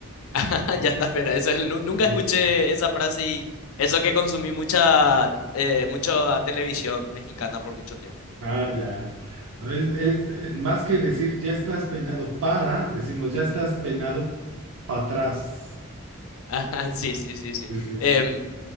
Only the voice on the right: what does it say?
Sí.
Ah, ya. No, es, es- es más que decir ya estás peinado para, decimos ya estás peinado para atrás.
Sí, sí, sí.